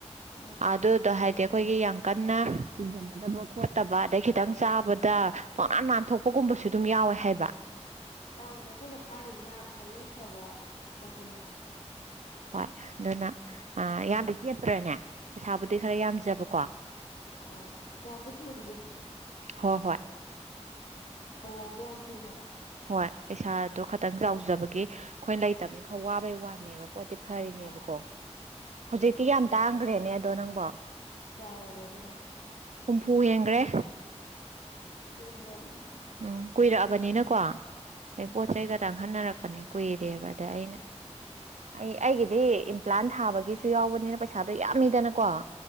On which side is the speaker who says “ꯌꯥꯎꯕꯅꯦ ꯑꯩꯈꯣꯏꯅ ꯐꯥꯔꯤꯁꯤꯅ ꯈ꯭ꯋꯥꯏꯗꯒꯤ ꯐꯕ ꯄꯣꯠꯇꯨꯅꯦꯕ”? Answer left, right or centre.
Left